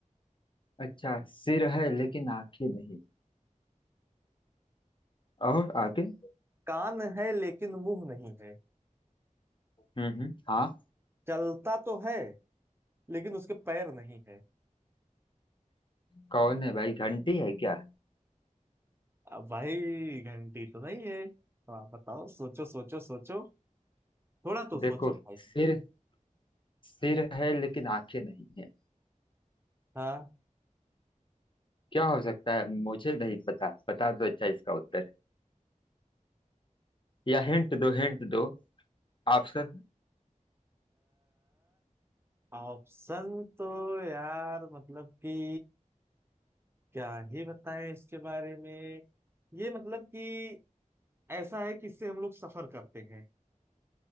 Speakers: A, on the left; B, on the right.
A: अच्छा सिर है लेकिन आंखें नहीं और आगे
B: कान है लेकिन मुंह नहीं है
A: हम्म हम्म हाँ
B: चलता तो है लेकिन उसके पैर नहीं है
A: कौन है भाई घंटी है क्या
B: अब भाई घंटी तो नहीं है तो आप बताओ सोचो सोचो सोचो थोड़ा तो
A: देखो
B: सोचो भाई।
A: सिर सिर है लेकिन आंखें नहीं है
B: हाँ
A: क्या हो सकता है मुझे नहीं पता बता दो अच्छा इसका उत्तर या हिंट दो हिंट दो ऑप्शन
B: ऑप्शन तो यार मतलब कि क्या ही बताएं इसके बारे में ये मतलब कि ऐसा है कि इससे हम लोग सफर करते हैं